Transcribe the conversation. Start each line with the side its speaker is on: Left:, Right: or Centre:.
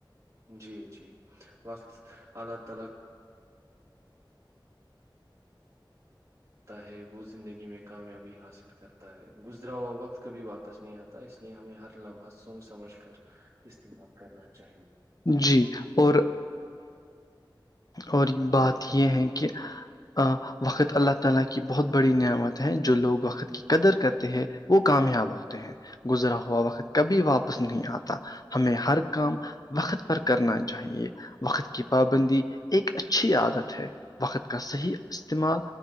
Right: جی جی وقت <unintelligible> ہے وہ زندگی میں کامیابی حاصل کرتا ہے گزرا ہوا وقت کبھی واپس نہیں آتا اس لیے ہمیں ہر لمحہ سوچ سمجھ کر استعمال کرنا چاہیے
Left: جی اور اور
Right: جی
Left: بات یہ ہے کہ <unintelligible> وہ کامیاب ہوتے ہیں گزرا ہوا وقت کبھی واپس نہیں آتا ہمیں ہر کام وقت پر کرنا چاہیے وقت کی پابندی ایک اچھی عادت ہے وقت کا صحیح استعمال